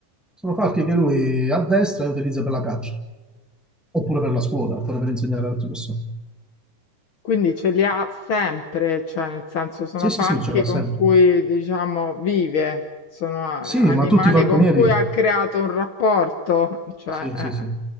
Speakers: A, in the centre; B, on the left (about 65°).
A: Sono falchi che lui addestra e utilizza per la caccia, oppure per la scuola, oppure per insegnare ad altre persone.
B: Quindi ce li ha sempre, cioè nel senso sono
A: Sì,
B: falchi
A: sì, sì, ce l'ha
B: con
A: sempre.
B: cui diciamo vive, sono eh,
A: Sì,
B: animali
A: ma tutti i falconieri,
B: con cui ha creato un rapporto, cioè,
A: sì,
B: eh.
A: sì, sì,